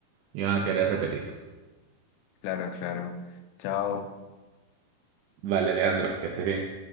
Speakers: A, on the right (about 80°); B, on the left (about 85°).
A: y van a querer repetir.
B: Claro, claro. Chao.
A: Vale, Alejandro, que estés bien.